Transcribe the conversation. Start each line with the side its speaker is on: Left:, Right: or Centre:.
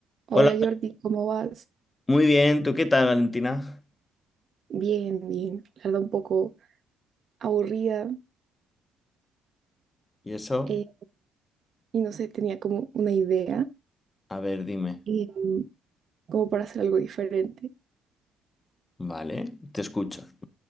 Right: Hola
Left: Hola,
Right: Jordi, ¿cómo vas?
Left: muy bien. ¿Tú qué tal, Valentina?
Right: Bien, bien. La verdad un poco aburrida
Left: ¿Y eso?
Right: eh, y no sé, tenía como una idea
Left: A ver, dime.
Right: eh, como para hacer algo diferente.
Left: Vale, te escucho.